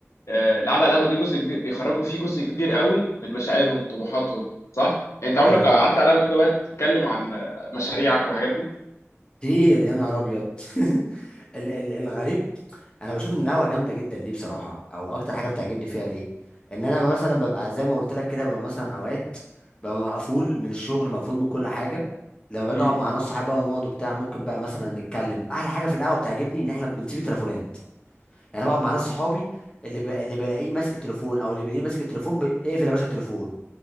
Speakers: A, on the left (about 75°); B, on the left (about 20°).
A: آه، القعده على القهوه دي جزء كبير بيخرجوا فيه جزء كبير قوي من مشاعرهم طموحاتهم صح يعني انت عمرك
B: انا
A: قعدت على القهوه كده وقت تتكلم عن آه، مشاريعك والحاجات دي
B: كتير يا نهار ابيض <laughs> ال- ال- الغريب انا بشوف ان القهوه جامده جدا ليه بصراحه او اكتر حاجه بتعجبني فيها ليه ان انا بقى مثلا ببقى زي ما قلت لك كده ببقى مثلا اوقات ببقى مقفول من الشغل مقفول من كل حاجه لما باجي
A: امم
B: اقعد مع ناس صحابي بقى ونقعد وبتاع ممكن بقى مثلا نتكلم احلى حاجه في القهوه بتعجبني ان احنا بنسيب التليفونات يعني انا بقعد مع ناس صحابي اللي ب... اللي بلاقيه ماسك التليفون او اللي بلاقيه ماسك التليفون ب... اقفل يا باشا التليفون